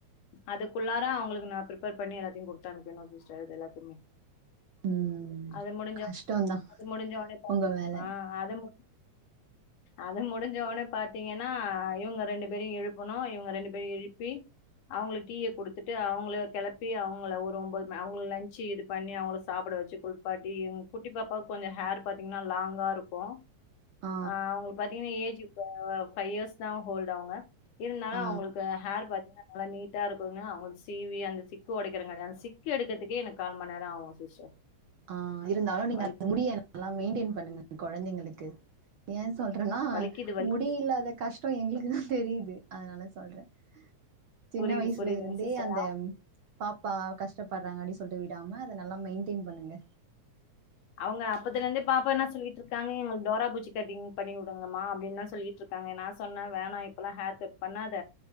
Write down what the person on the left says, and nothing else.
அதுக்குள்ளார அவங்களுக்கு நான் பிரேபர்ப்பண்ணி எல்லாத் குடுத்து அனுப்பினோம் சிஸ்டர் இது எல்லாத்தையுமே
அது முடிஞ்சோ
அது முடிஞ்சொடனே
ஆஹ் அது முடிஞ் அது முடிஞ்சொடனே பார்த்தீங்கன்னா இவங்க ரெண்டு பேரையும் எழுப்பணும் இவங்க ரெண்டு பேரையும் எழுப்பி அவங்களுக்கு டீயை கொடுத்துட்டு அவங்கள கிளப்பி அவங்க ங்கள ஒரு ஒன்பது மணி அவங்க லஞ்ச்சு இது பண்ணி அவங்க சாப்பிட வச்சு குளிப்பாட்டி எங் குட்டி பாப்பாவுக்கு கொஞ்சம் ஹேர் பாத்தீங்கன்னா லாங்கா இருக்கும்
ஆஹ் அவங்களுக்கு பாத்தீங்கன்னா ஏஜ் பஃபைவ் இயர்ஸ் தான் ஹோல்ட் ஆங்க இருந்தாலும்
அவங்களுக்கு ஹேர் பாத்த நல்லா நீட்டா இருக்குதுன்னு அவங்க சீவி அந்த சிக்கு உடை யேதும்கிடையாது சிக்கு எடுக்கத்துக்கே எனக்கு கால் மநேரம் ஆகும் சிஸ்டர்
வலிக்கு
வலிக்குது வலிக்குது
புரியுது
புரியுதுங்க
சிஸ்டர்
அவங்க அப்பத்துல இருந்தே பாப்பா என்ன சொல்லிட்டு இருக்காங்க டோரா புஜ்ஜி கட்டிங் பண்ணி விடுங்கம்மா அப்படின்னுதான் சொல்லிட்டு இருக்காங்க நான் சொன்னேன் வேணா இப்பல்லாம் ஹேர் கட் பண்ணாத